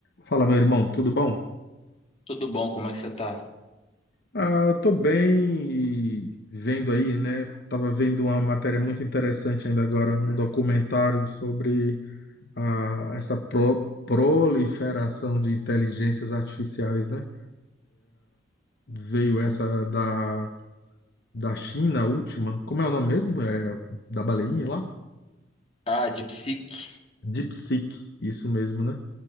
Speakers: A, on the left; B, on the left.
A: Fala, meu irmão, tudo bom?
B: Tudo bom? Como é que você tá?
A: Ah, tô bem e vendo aí, né? Tava vendo uma matéria muito interessante ainda agora, um documentário sobre ah, essa pro- proliferação de inteligências artificiais, né? Veio essa da, da China, a última. Como é o nome mesmo? É, da baleinha lá?
B: Ah, de psique.
A: DeepSeek, isso mesmo, né?